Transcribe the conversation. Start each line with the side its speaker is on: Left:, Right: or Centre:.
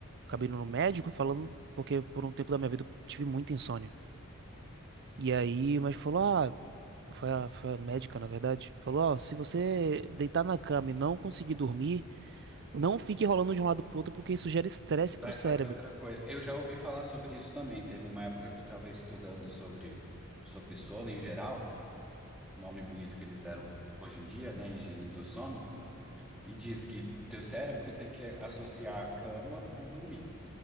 Right: acabei indo no médico falando, porque por um tempo da minha vida eu tive muita insônia. E aí, mas falou, ah, foi a, foi a médica, na verdade, falou, ó, se você deitar na cama e não conseguir dormir, não fique rolando de um lado pro outro, porque isso gera estresse
Centre: Vai
Right: pro cérebro.
Centre: fazer outra coisa. Eu já ouvi falar sobre isso também. Teve uma época que eu estava estudando sobre, sobre sono em geral, nome bonito que eles deram hoje em dia, né? Higiene do sono, e diz que teu cérebro tem que associar a cama com dormir.